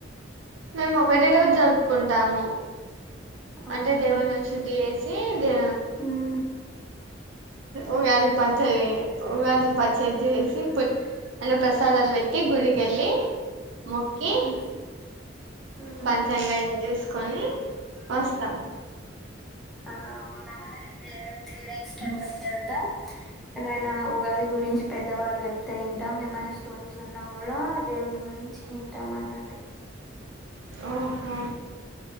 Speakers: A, on the right (about 85°); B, in the centre.
A: మేము ఒకటే రోజు జరుపుకుంటాము
B: అవునా
A: అంటే దేవుళ్ళ ని శుద్ధి చేసి దే
B: ఉమ్
A: ఉగాది పచ్చడి ఉగాది పచ్చడి చేసి అన్న ప్రసాదాలు పెట్టి గుడి కెళ్లి మొక్కి
B: ఉమ్ ఉమ్.
A: పంచాంగం చూసుకొని వస్తాం.
B: ఆ అవునా ఇ త్రి డేస్ టెంపుల్ కెళ్తామ్. ఏమైనా ఉగాది గురించి పెద్దవాళ్ళు చెప్తే వింటాం. ఏమైనా స్టోరీస్ ఉన్నా కూడా దేవుని గురించి వింటాం అన్నట్టు
A: ఓహో